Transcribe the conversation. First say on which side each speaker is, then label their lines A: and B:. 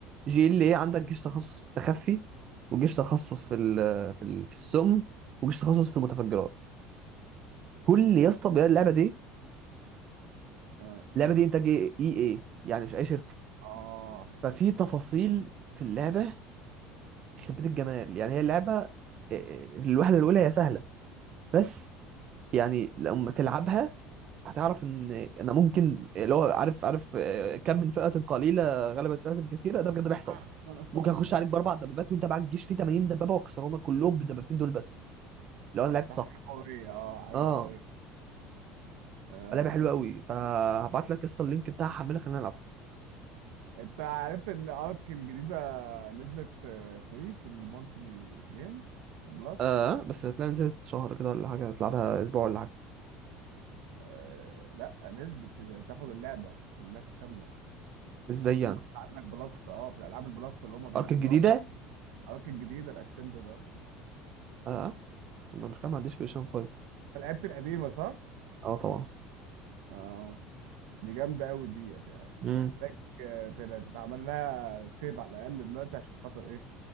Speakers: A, on the right; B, on the right.
A: جي ال ايه عندك جيش تخصص في التخفي وجيش تخصص في ال... في ال... في السم وجيش تخصص في المتفجرات كل
B: حلو
A: يا اسطى بي- اللعبه دي
B: اه
A: اللعبه دي انتاج اي اي يعني مش اي شركه
B: آه.
A: ففي تفاصيل في اللعبة يخرب بيت الجمال يعني هي اللعبة آه، الوهلة الأولى هي سهلة بس يعني لما تلعبها هتعرف ان انا ممكن اللي هو عارف عارف آه، كم من فئة قليلة غلبت فئة كثيرة ده بجد بيحصل
B: <laughs>
A: ممكن اخش عليك باربع دبابات وانت معاك جيش فيه 80 دبابة واكسرهم لك كلهم بالدبابتين دول بس لو انا
B: بس
A: لعبت صح
B: حاجه قويه اه حاجه
A: اه
B: قويه آه. آه.
A: لعبة حلوة قوي فهبعت لك قصة اللينك بتاعها حملها خلينا نلعب
B: انت عرفت ان ارك الجديده نزلت فري في المونثلي جيم بلس
A: اه بس هتلاقي نزلت شهر كده ولا حاجة هتلعبها اسبوع ولا حاجة
B: آه. لا نزلت تاخد اللعبه كلها كامله
A: ازاي يعني
B: ثم انت عندك بلس اه في الالعاب البلس اللي هم بينزلوها
A: ارك الجديدة
B: في ارك الجديده الاسنت ده
A: اه ما مش كده ما عنديش بلاي 5
B: أنت لعبت القديمه صح؟
A: اه طبعا
B: اه دي جامدة أوي ديت يعني محتاج
A: امم
B: آه، تل- تتعمل لها سيف على الأقل دلوقتي عشان خاطر إيه